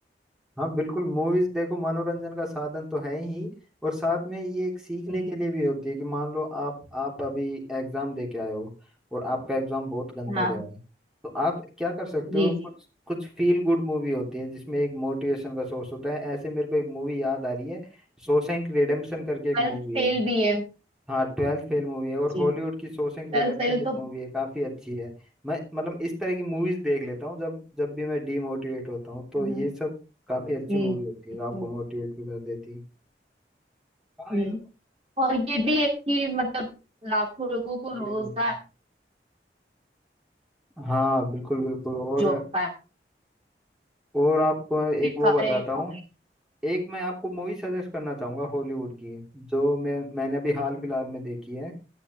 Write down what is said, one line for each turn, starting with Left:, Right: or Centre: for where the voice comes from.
Centre: हाँ बिल्कुल मूवीज देखो मनोरंजन का साधन तो है ही और साथ में ये एक सीखने
Right: जी,
Centre: के लिए भी होती है कि मान लो आप आप अभी एग्जाम दे के आए हो और आपका एग्जाम बहुत गंदा
Right: हाँ
Centre: गया है तो आप क्या कर सकते
Right: जी
Centre: हो
Right: जी
Centre: कुछ कुछ फील गुड मूवी होती है जिसमें एक मोटिवेशन का सोर्स होता है ऐसे मेरे को एक मूवी याद आ रही है शॉशैंक रिडेम्पशन करके एक
Right: सेल्फ
Centre: मूवी
Right: सेल
Centre: है
Right: भी है
Centre: हाँ ट्वेल्थ फेल मूवी है और
Right: जी
Centre: हॉलीवुड
Right: जी
Centre: की शॉशैंक रिडेम्पशन
Right: सेल्फ सेल
Centre: एक
Right: तो
Centre: मूवी है काफी अच्छी है मैं मतलब इस तरह की मूवीज देख लेता हूँ जब जब भी मैं डीमोटिवेट होता हूँ तो
Right: हाँ,
Centre: ये सब काफी अच्छी
Right: हम्म
Centre: मूवी होती है
Right: हम्म
Centre: आपको मोटिवेट भी कर देती है मेरे
Right: हम्म, और ये भी है कि मतलब लाखों लोगों को रोजगार
Centre: को नहीं। हाँ बिल्कुल बिल्कुल और
Right: जो है,
Centre: और आपको मैं
Right: भी
Centre: एक
Right: कर
Centre: वो बताता
Right: रहे हैं
Centre: हूँ
Right: और
Centre: एक मैं आपको मूवी सजेस्ट करना चाहूंगा हॉलीवुड की जो मैं मैंने अभी हाल फिलहाल में देखी है